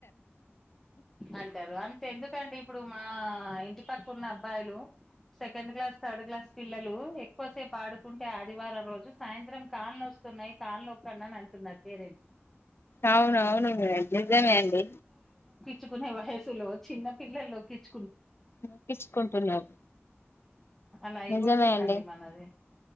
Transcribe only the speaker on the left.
అవున అవును నిజమే అండి
నోక్కించుకుంటున్నారు
నిజమే అండి